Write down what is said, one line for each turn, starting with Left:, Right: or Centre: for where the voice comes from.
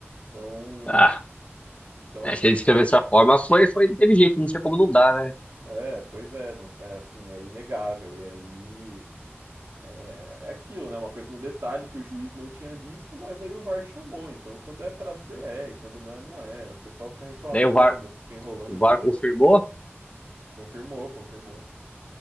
Right: Então,
Left: Ah,
Right: então
Left: é,
Right: assim,
Left: se ele escreveu dessa forma, foi, foi, teve jeito, não sei como não dá, né?
Right: é, pois é, não, é assim, é inegável. E aí é, é aquilo, né? Uma coisa no detalhe que o juiz não tinha visto, mas aí o VAR chamou. Então, quando é pra ser, é, e quando não é, não é. O pessoal fica reclamando,
Left: Daí o VAR,
Right: fica enrolando
Left: o
Right: o
Left: VAR
Right: jogo.
Left: confirmou,
Right: Confirmou, confirmou.